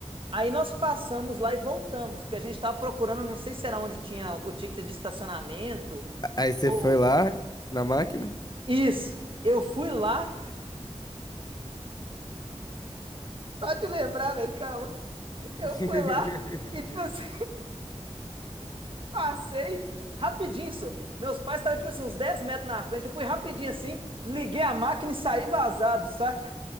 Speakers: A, on the right (about 50°); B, on the left (about 35°).
A: Aí nós passamos lá e voltamos, porque a gente estava procurando, não sei se era onde tinha o ticket de estacionamento.
B: Aí você
A: ou-
B: foi lá na máquina?
A: Isso. Eu fui lá, só te lembrar, velho, calma. Eu
B: <laughs>
A: fui lá e, tipo assim, Passei rapidinho, só. Meus pais estavam, tipo assim, uns 10 metros na frente. Eu fui rapidinho assim, liguei a máquina e saí vazado, saca?